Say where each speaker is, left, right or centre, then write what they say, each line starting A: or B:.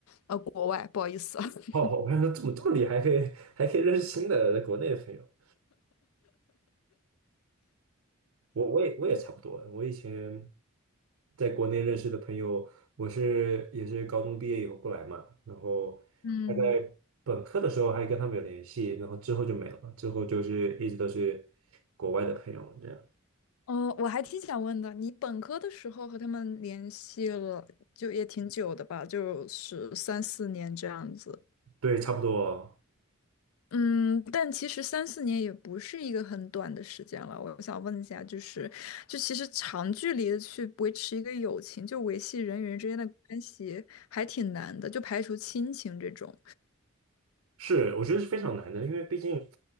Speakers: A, on the left; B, on the right.
A: 呃，国外，不好意思。<laughs>
B: 哦，我还说怎么这么厉害，还可以还可以认识新的国内的朋友。我我也我也差不多，我以前在国内认识的朋友，我是也是高中毕业以后过来嘛，然后大概本科的时候还跟他们有联系，
A: 嗯。
B: 然后之后就没了，之后就是一直都是国外的朋友这样。
A: 哦，我还挺想问的，你本科的时候和他们联系了，就也挺久的吧，就是三四年这样子。
B: 对，差不多
A: 嗯，但其实三四年也不是一个很短的时间了。我想问一下，就是，就其实长距离的去维持一个友情，就维系人与人之间的关系，还挺难的，就排除亲情这种。
B: 是，我觉得是非常难的，因为毕竟，